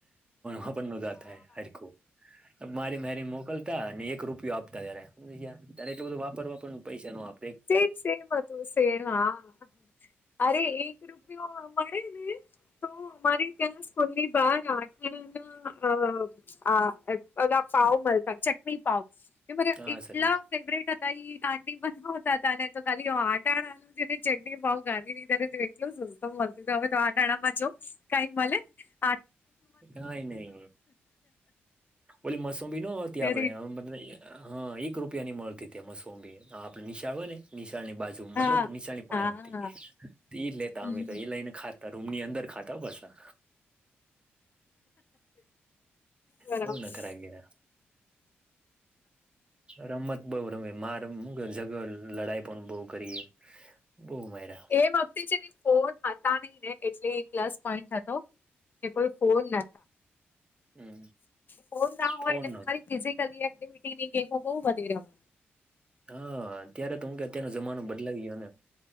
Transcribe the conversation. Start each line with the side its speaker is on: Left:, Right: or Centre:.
Right: હ પણ ન જતા હર કો
Left: હ‌.
Right: મારી મેરી મોકલતા અનેને એક રૂપિયો આપતા ત્યારે સમ ત્યારે એટલલો બધું વાપર વાપર પૈસા નો આપ
Left: સેમ સેમ હતું સેમ હા અરે એક રૂપિયો મળે ને તો અમારે ત્યાં સ્કૂલની બાર આંગણાના અ આ અા પાાવ મળસા ચટણી પાાવ. મ
Right: હા
Left: એટલા
Right: સર
Left: ફેવરેટ હતા કાંડી બનાવ ને તો ખાલી આટાને ચટણી ભાવ ગાનીીધનેું એટલું સુંમ હવે તો આટણામાં જો કઈક મળ આ
Right: કઈ નઈ ઓલી મસમી ન આવતી
Left: ત્યારે
Right: આપડે મ હા એક રૂપિયા ની મળતી ત્યા મસંબી આપડે નિશાળ હોય ને નિશાળ ની બાજુ મતલબ
Left: હા
Right: નીચાની પાસે
Left: હા હા
Right: એ લેતા
Left: હમ,
Right: અમે તો એ લઈને ખા રૂમ ની અંદર ખાતા હો પાસા
Left: બરાબર
Right: બઉ નખરા ગીરા રમત બઉ રમે માર મુ જગ લડાઈ પણ બઉ કરી બહ મારા.
Left: એમ આપતી છે ને ફોન હતા નહી ને એટલે એ પ્લસ પોઈન્ટ હતો કે કોઈ ફોન ન
Right: હમ
Left: ફોન ના હોય
Right: ફોન
Left: એટલે
Right: નતો
Left: તમારી ફિઝ એક્ટિવિટીની ગેમો બહુ વધી ર છે.
Right: હા અત્યારે તો હું કે અત્યારેનો જમાનો બદલાવી ગયો હે.